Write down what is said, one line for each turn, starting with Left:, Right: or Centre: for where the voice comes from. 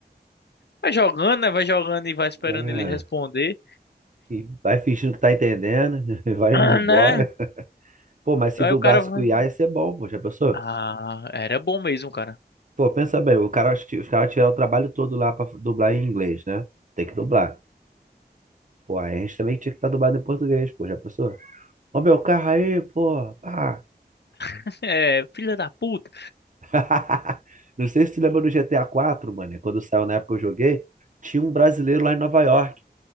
Left: Vai jogando, né? Vai jogando e vai esperando
Right: É,
Left: eles responder.
Right: e vai fingindo que tá entendendo, <laughs> vai
Left: Ah,
Right: indo embora.
Left: né?
Right: Pô, mas se
Left: Aí
Right: dublasse
Left: o cara vai.
Right: com IA ia ser bom, pô, já pensou?
Left: Ah, era bom mesmo, cara.
Right: Pô, pensa bem, o cara, os caras tiveram o trabalho todo lá pra dublar em inglês, né? Tem que dublar. Pô, aí a gente também tinha que estar dublado em português, pô, já pensou? Ó meu carro aí, pô. Ah.
Left: É, <laughs> é, filha da puta.
Right: <laughs> Não sei se tu lembra do GTA 4, mano, é quando saiu na época que eu joguei, tinha um brasileiro lá em Nova York.